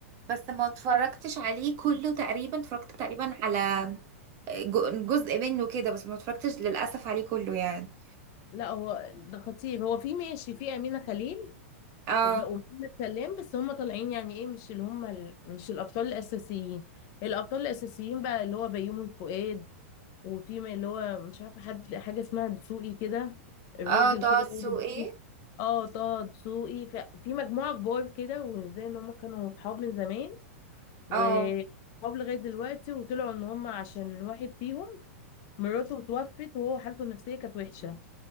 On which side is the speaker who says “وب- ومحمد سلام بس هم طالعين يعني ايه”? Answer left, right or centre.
Left